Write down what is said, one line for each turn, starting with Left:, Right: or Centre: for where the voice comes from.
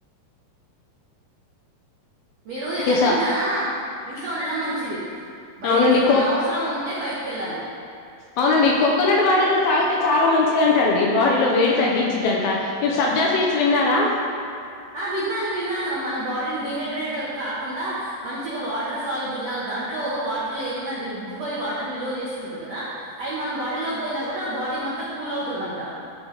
Right: మీరు వెళ్ళకుండా
Left: ఎసా
Right: ఇంట్లో ఉండడం మంచిది బయటికే
Left: అవునండి
Right: ఏవన్నా
Left: కో
Right: అవసరం ఉంటే బయటికిె వెళ్ళాలి
Left: అవునండి కోకోనట్ వాటర్ కూడా తాగుతే చాలా మంచిదంట అండి బాడీలో వేడి తగ్గించిదింట ఇప్పుడు సబ్జా సీట్స్ విన్నారా
Right: ఆ విన్నాను విన్నాను మన బాడీని డిహైడ్రేట్ కాకుండా మంచిగా వాటర్ సాలిబుల్ లాగా దాంట్లో వాటర్ లో ఏంనాది ఉబ్బ పోయి వాటర్ నిల్వ చేసుకుంటు కదా అయి మన బాడీ లో పోయినా కూడా బాడీ మొత్తం కూల్ అవుతదంట